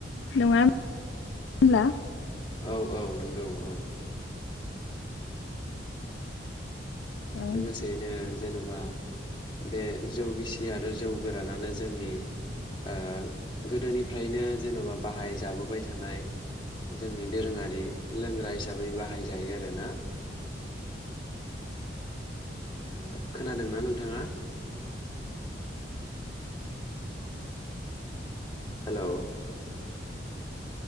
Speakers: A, on the left; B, on the left.
A: नङा होन ब्ला?
B: औ औ नंगौ औ
A: औ
B: लोगोसेयैनो जेन'बा बे जौ गिसि आरो जौ गोरानानो जोंनि ओ गोदोनिफ्रायनो जेन'बा बाहाय जाबोबाय थानाय जोंनि दोरोङारि लोंग्रा हिसाबै बाहायजायो आरोना। ओ खोनादोंना नोंथाङा? हेलौ